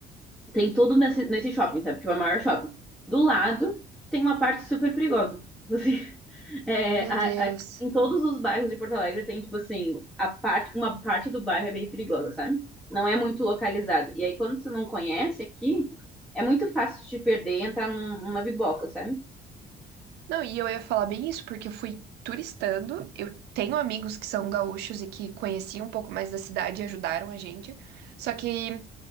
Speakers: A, in the centre; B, on the right (about 75°).
A: tem tudo nesse, nesse shopping, sabe? Tipo, é o maior shopping. Do lado tem uma parte super perigosa. Tipo assim, <laughs> é,
B: Meu
A: a-
B: Deus.
A: a- em todos os bairros de Porto Alegre tem, tipo assim, a parte, uma parte do bairro é bem perigosa, sabe? Não é muito localizado. E aí, quando você não conhece aqui, é muito fácil de te perder e entrar num- numa biboca, sabe?
B: Não, e eu ia falar bem isso, porque eu fui turistando. Eu tenho amigos que são gaúchos e que conheciam um pouco mais da cidade e ajudaram a gente. Só que